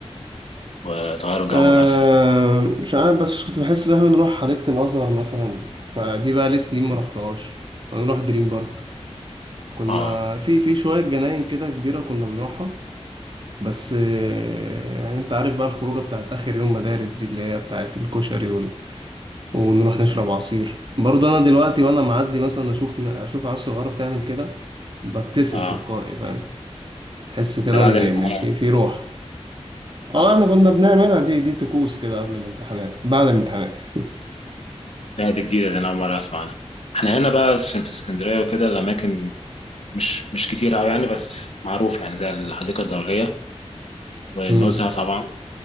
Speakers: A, on the left (about 65°); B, on the right (about 45°).
A: وتغيروا جو
B: أه
A: مثلا
B: مش عارف بس كنت بحس ان احنا بنروح حديقة الازهر مثلا فدي بقى لي سنين ما رحتهاش انا بنروح دريم بارك كنا
A: اه
B: في في شوية جناين كده كبيرة كنا بنروحها بس آه، يعني انت عارف بقى الخروجه بتاعت اخر يوم مدارس دي اللي هي بتاعت الكشري ونروح نشرب عصير برضه انا دلوقتي وانا معدي مثلا اشوف اشوف عيال صغيره بتعمل كده ببتسم
A: اه
B: تلقائي فاهم تحس كده
A: ده بعد
B: ان
A: الامتحانات
B: إن في في روح اه
A: اه
B: احنا كنا بنعملها دي دي طقوس كده قبل الامتحانات بعد الامتحانات <laughs>
A: لا دي جديده ده انا اول مره اسمع عنها احنا هنا بقى عشان في اسكندريه وكده الاماكن مش مش كتير قوي يعني بس معروف يعني زي الحديقه الدوليه والنزهه
B: امم
A: طبعا